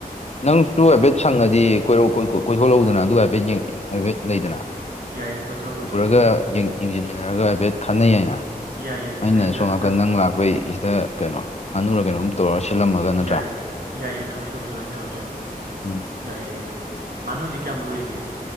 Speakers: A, on the left; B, on the right.
A: ꯅꯪꯁꯨ ꯍꯥꯏꯐꯦꯠ ꯁꯪꯉꯗꯤ ꯀꯣꯏꯔꯛꯎ ꯀꯣꯢ ꯀꯣꯏꯊꯣꯛꯂꯛꯎꯗꯅ ꯑꯗꯨꯒ ꯍꯥꯏꯐꯦꯠ ꯍꯥꯏꯐꯦꯠ ꯂꯩꯗꯅ
B: ꯌꯥꯏꯌꯦ ꯀꯣꯏꯊꯣꯔꯛ ꯀꯣꯏꯊꯣꯔꯛꯀꯦ
A: ꯎꯔꯒ ꯌꯦꯡ ꯌꯦꯡꯁꯤꯟꯃꯤꯟꯅꯔꯒ ꯍꯥꯏꯐꯦꯠ ꯈꯟꯅꯩ ꯌꯥꯏꯅ
B: ꯌꯥꯏ ꯌꯥꯏ ꯌꯥꯏ
A: ꯑꯩꯅ
B: ꯑꯩ
A: ꯁꯣꯝ
B: ꯍꯥꯏꯐꯦꯠꯇꯪ
A: ꯅꯥꯀꯟ ꯅꯪ ꯂꯥꯛꯄꯩ ꯁꯤꯗ ꯀꯩꯅꯣ, ꯉꯥꯅꯨꯔ ꯀꯩꯅꯣꯝ ꯇꯧꯔ ꯁꯤꯜꯂꯝꯃꯒ ꯅꯠꯇ꯭ꯔꯥ
B: ꯌꯥꯏ ꯌꯥꯏ ꯌꯥꯏ ꯌꯥꯏ ꯇꯧꯁꯤ ꯇꯧꯁꯤ ꯑꯗꯨꯃꯥꯏꯅ ꯇꯧꯔꯁꯨ ꯌꯥꯏ,
A: ꯎꯝ
B: ꯌꯥꯏ ꯌꯥꯏ ꯌꯥꯏ ꯉꯥꯅꯨꯗꯤ ꯀꯌꯥꯃꯨꯛ ꯂꯣꯏꯔꯤꯒꯦ?